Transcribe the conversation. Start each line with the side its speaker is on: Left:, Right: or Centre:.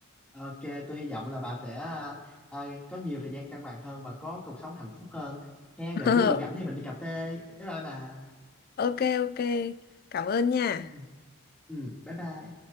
Centre: Ok, tôi hy vọng là bà sẽ à, à, có nhiều thời gian cân bằng hơn và có cuộc sống hạnh phúc hơn. He,
Left: <laughs>
Centre: rồi ví dụ rảnh thì mình đi cà phê. Bye bye bà.
Left: ok ok cảm ơn nha
Centre: Ừ, ừ bye bye.